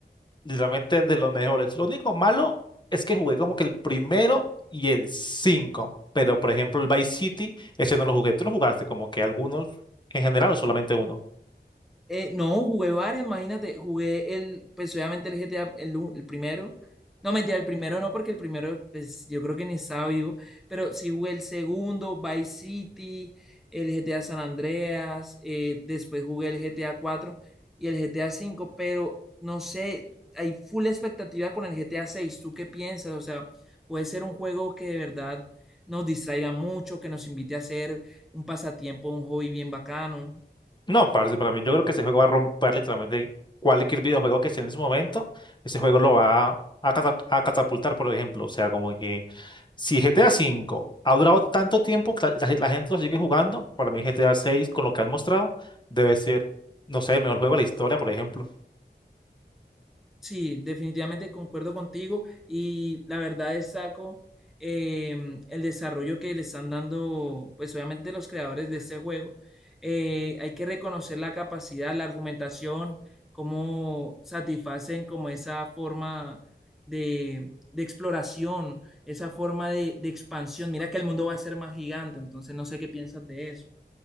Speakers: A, on the left; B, in the centre.
A: literalmente de los mejores. Lo único malo es que jugué como que el primero y el cinco pero por ejemplo el Vice City, ese no lo jugué. ¿Tú lo jugaste como que algunos en general o solamente uno?
B: Eh, no, jugué varios, imagínate, jugué el, pues obviamente el GTA, el, u- el primero. No, mentira, el primero no, porque el primero, pues yo creo que ni estaba vivo, pero sí jugué el segundo, Vice City, el GTA San Andreas, eh, después jugué el GTA 4 y el GTA 5, pero no sé, hay full expectativa con el GTA 6. ¿Tú qué piensas? O sea, puede ser un juego que de verdad nos distraiga mucho, que nos invite a hacer un pasatiempo, un hobby bien bacano.
A: No, parce, para mí yo creo que ese juego va a romper literalmente cualquier videojuego que esté en su momento. Ese juego lo va a, cata- a catapultar, por ejemplo. O sea, como que si GTA V ha durado tanto tiempo que la, la- la gente lo sigue jugando, para mí GTA VI, con lo que han mostrado, debe ser, no sé, el mejor juego de la historia, por ejemplo.
B: Sí, definitivamente concuerdo contigo y la verdad destaco em, el desarrollo que le están dando, pues obviamente los creadores de este juego. Eh, hay que reconocer la capacidad, la argumentación, cómo satisfacen como esa forma de, de exploración, esa forma de, de expansión. Mira que el mundo va a ser más gigante, entonces no sé qué piensas de eso.